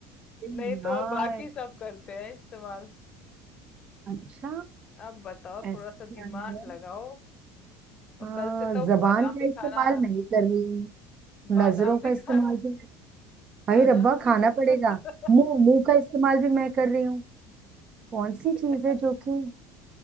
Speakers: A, on the right; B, on the left.
A: अरे
B: नहीं
A: यार
B: तो और बाकी सब करते हैं इस्तेमाल
A: अच्छा
B: अब बताओ
A: ऐसा
B: थोड़ा सा
A: क्या
B: दिमाग
A: है
B: लगाओ और
A: हाँ
B: कल से तो
A: जबान
B: बादाम
A: का
B: भी
A: इस्तेमाल
B: खाना
A: नहीं कर रही
B: बादाम
A: नजरों का
B: भी
A: इस्तेमाल
B: खाना
A: भी मैं
B: खाना
A: भाई रब्बा
B: शुरू
A: खाना पड़ेगा
B: कर
A: मुंह मुंह का इस्तेमाल भी मैं कर रही हूँ कौन सी
B: <laughs>
A: चीज है जो कि